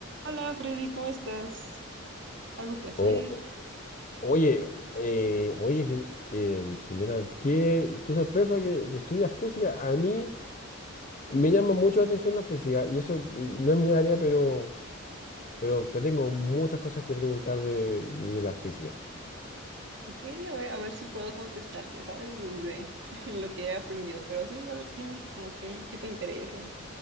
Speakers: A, on the right; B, on the left.
A: Hola Freddy, ¿cómo estás? ¿Algo que hacer?
B: O- o- oye, eh, oye, Jim- em, Jimena, qué, qué sorpresa que, que estudias física. A mí me llama mucho la atención la física y eso eh, no es mi área, pero, pero te tengo muchas cosas que preguntar de, de la física.
A: Ok, a ver, a ver si puedo contestarte, ¿sabes? Desde <laughs> lo que he aprendido. Pero sí, a ver, dime, como que, ¿qué te interesa?